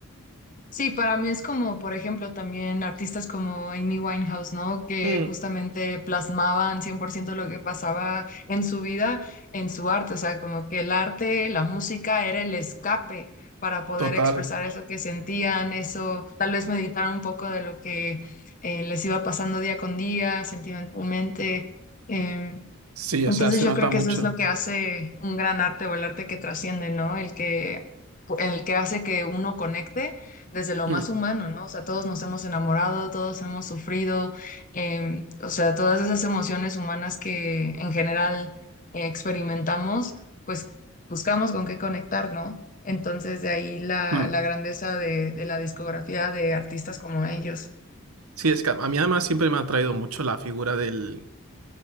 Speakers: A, on the left; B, on the right.
A: Sí, para mí es como, por ejemplo, también artistas como Amy Winehouse, ¿no? Que
B: Mm,
A: justamente plasmaban 100% lo que pasaba en su vida, en su arte, o sea, como que el arte, la música era el escape para poder
B: Total,
A: expresar eso que sentían, eso, tal vez meditar un poco de lo que eh, les iba pasando día con día, sentimentalmente. Em,
B: sí, o
A: entonces
B: sea, se
A: yo
B: nota
A: creo que
B: mucho.
A: eso es lo que hace un gran arte o el arte que trasciende, ¿no? El que, el que hace que uno conecte desde lo
B: Mm,
A: más humano, ¿no? O sea, todos nos hemos enamorado, todos hemos sufrido, em, o sea, todas esas emociones humanas que en general eh, experimentamos, pues buscamos con qué conectar, ¿no? Entonces de ahí la,
B: mm.
A: la grandeza de, de la discografía de artistas como ellos.
B: Sí, es que a mí además siempre me ha atraído mucho la figura del,